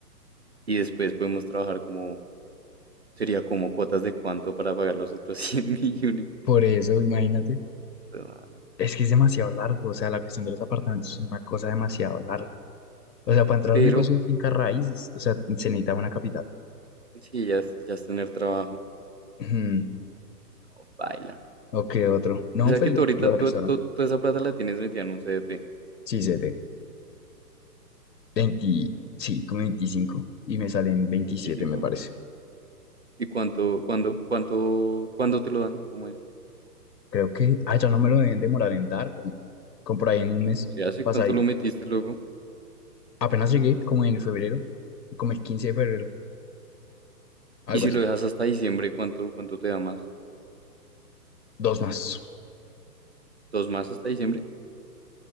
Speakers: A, on the right; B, on the left.
A: Y después podemos trabajar como, sería como cuotas de cuánto para pagar los otros <laughs> 100 millones.
B: por eso, imagínate.
A: Ah, no.
B: Es que es demasiado largo, o sea, la cuestión de los apartamentos es una cosa demasiado larga. O sea, para entrar
A: Pero,
B: a un negocio de finca raíces, o sea, se necesita una capital.
A: sí, ya es, ya es tener trabajo.
B: Ujú,
A: No, baila.
B: Ok, otro. No,
A: O sea
B: pues
A: que tú ahorita,
B: lo del
A: tú-
B: restaurante.
A: tú- toda esa plata la tienes metida en un CDT,
B: Sí, 7. 20, sí, como veinticinco Y me salen 27
A: veinticinco
B: me parece.
A: ¿Y cuánto, cuándo, cuánto, cuándo te lo dan o cómo es?
B: Creo que, ah, ya no me lo deben demorar en dar, weón. Como por ahí en un mes
A: ¿Se hace?
B: pasadito.
A: ¿Cuánto lo metiste luego?
B: Apenas llegué, como en febrero, como el 15 de febrero, algo
A: Y si
B: así.
A: lo dejas hasta diciembre, ¿cuánto, cuánto te da más?
B: Dos más.
A: ¿Dos más hasta diciembre?